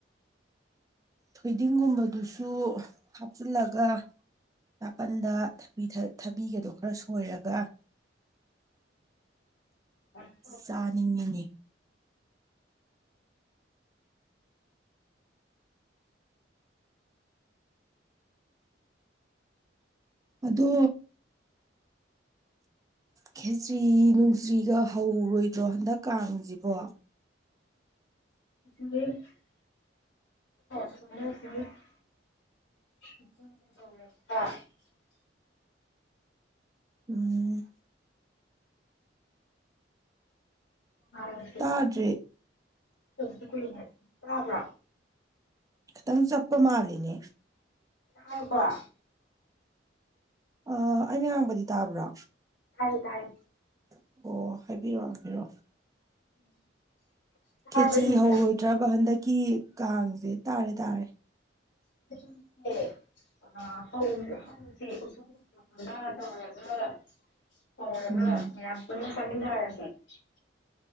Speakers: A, on the right; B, on the left.
A: ꯊꯣꯏꯗꯤꯡꯒꯨꯝꯕꯗꯨꯁꯨ ꯍꯥꯞꯆꯤꯜꯂꯒ__ ꯅꯥꯀꯟꯗ ꯊꯥꯕꯤꯒꯗꯣ ꯈꯔ ꯁꯣꯏꯔꯒ
B: ꯎꯝ <inaudible>
A: ꯆꯥꯅꯤꯡꯉꯤꯅꯦ ꯑꯗꯣ ꯈꯦꯇ꯭ꯔꯤ ꯅꯨꯡꯁꯤ꯭ꯔꯤꯒ ꯍꯧꯔꯣꯏꯗ꯭ꯔꯣ ꯍꯟꯗꯛ ꯀꯥꯡꯁꯤꯕꯣ꯫
B: <inaudible> <inaudible> <inaudible> <inaudible>
A: ꯎꯝ꯫
B: <inaudible>
A: ꯇꯥꯗ꯭ꯔꯦ
B: ꯁꯨ ꯀꯨꯏꯅ ꯇꯥꯕ꯭ꯔꯥ꯫
A: ꯈꯤꯇꯪ ꯆꯞꯄ ꯃꯥꯜꯂꯤꯅꯦ꯫
B: <inaudible>
A: ꯑ ꯑꯩꯅ ꯉꯥꯡꯕꯗꯤ ꯇꯥꯕ꯭ꯔꯥ꯫
B: ꯇꯥꯏ ꯇꯥꯏ꯫
A: <unintelligible>
B: <inaudible>
A: ꯈꯦꯆꯤ
B: ꯑꯩꯅ
A: ꯍꯧꯔꯣꯏꯗ꯭ꯔꯕ
B: ꯍꯥꯏꯖꯦ
A: ꯍꯟꯗꯛꯀꯤ ꯀꯥꯡꯁꯦ ꯇꯥꯔꯦ ꯇꯥꯔꯦ꯫
B: <inaudible> <inaudible>
A: ꯎꯝ